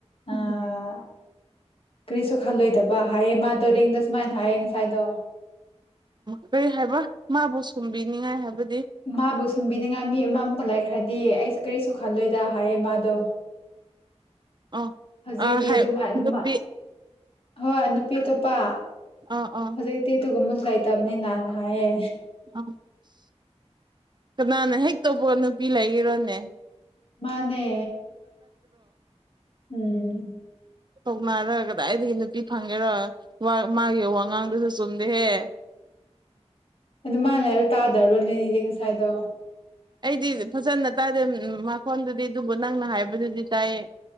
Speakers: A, on the right; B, on the left.
A: ꯎꯝ
B: ꯑꯥ ꯀꯔꯤꯁꯨ ꯈꯜꯂꯣꯏꯗꯕ ꯍꯥꯏꯌꯦ ꯃꯥꯗꯣ ꯔꯦꯡꯗ ꯁꯨꯃꯥꯏꯅ ꯍꯥꯏꯌꯦ ꯉꯁꯥꯏꯗꯣ
A: ꯀꯔꯤ ꯍꯥꯏꯕ ꯃꯥꯕꯨ ꯁꯨꯝꯕꯤꯅꯤꯉꯥꯏ ꯍꯥꯏꯕꯗꯤ
B: ꯃꯥꯕꯨꯁ ꯊꯨꯝꯕꯤꯅꯤꯡꯉꯥꯏ ꯃꯤ ꯑꯃꯃꯨꯛꯀ ꯂꯥꯏꯈ꯭ꯔꯗꯤ ꯑꯩꯁꯨ ꯀꯔꯤꯁꯨ ꯈꯜꯂꯣꯏꯗ ꯍꯥꯏꯌꯦ ꯃꯥꯗꯣ
A: ꯑꯥ
B: ꯍꯧꯖꯤꯛꯇꯤ
A: ꯑꯥ ꯍꯥꯏ
B: ꯑꯗꯨꯝ ꯑꯗꯨꯝ
A: ꯅꯨꯄꯤ
B: ꯍꯣꯏ ꯅꯨꯄꯤ ꯑꯇꯣꯞꯄ
A: ꯑꯥ ꯑꯥ
B: ꯍꯧꯖꯤꯛꯇꯤ ꯑꯗꯨꯒꯨꯝꯕꯁꯨ ꯂꯩꯇꯕꯅꯤ ꯅ ꯍꯥꯏꯌꯦ
A: ꯑꯥ ꯀꯅꯥꯅ ꯍꯦꯛ ꯇꯧꯕꯄꯒ ꯅꯨꯄꯤ ꯂꯩꯒꯔꯣꯅꯦ
B: ꯃꯥꯅꯦ ꯎꯝ
A: ꯊꯧꯅꯔꯒ ꯀꯗꯥꯏꯗꯒꯤ ꯅꯨꯄꯤ ꯐꯪꯉꯦꯔꯣ ꯃꯥꯒꯤ ꯋꯥꯉꯥꯡꯗꯨꯁꯨ ꯆꯨꯝꯗꯦꯍꯦ
B: ꯑꯗꯨ ꯃꯥꯅ ꯍꯥꯏꯕ ꯇꯥꯗꯔꯣꯅꯦꯅꯤꯗꯤ ꯉꯁꯥꯏꯗꯣ
A: ꯑꯩꯗꯤ ꯐꯖꯅ ꯇꯥꯗꯦ ꯃꯈꯣꯟꯗꯨꯗꯤ ꯑꯗꯨꯕꯨ ꯅꯪꯅ ꯍꯥꯏꯕꯗꯨꯗꯤ ꯆꯥꯏꯌꯦ